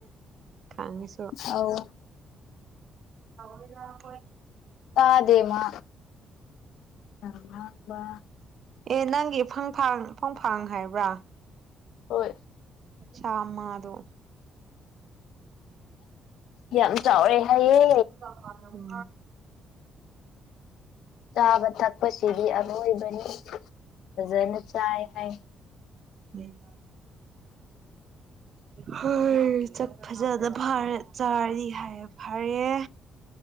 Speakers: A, on the right; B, on the left.
A: ꯈꯪꯉꯤꯁꯨ
B: ꯑꯧ
A: ꯆꯥꯎꯣꯏ ꯂꯈꯣꯏꯦ
B: ꯇꯥꯗꯦ ꯃꯥ ꯉꯥꯡꯕ
A: ꯑꯦ ꯅꯪꯒꯤ ꯐꯪ ꯐꯪ ꯃꯐꯪ ꯐꯥꯡ ꯍꯥꯏꯕ꯭ꯔꯥ
B: ꯍꯣꯏ
A: ꯆꯃ ꯑꯗꯣ
B: ꯌꯥꯝ ꯆꯥꯎꯔꯦ ꯑꯌꯦꯌꯦ
A: ꯎꯝ
B: ꯆꯥꯕ ꯊꯛꯄꯁꯤꯗꯤ ꯑꯔꯣꯏꯕꯅꯤ ꯐꯖꯅ ꯆꯥꯏ ꯍꯥꯏ
A: ꯎꯝ ꯍꯣꯏ ꯁꯛ ꯐꯖꯅ ꯐꯥꯔ ꯆꯥꯔꯤ ꯍꯥꯏ ꯌꯥꯏꯐꯔꯦ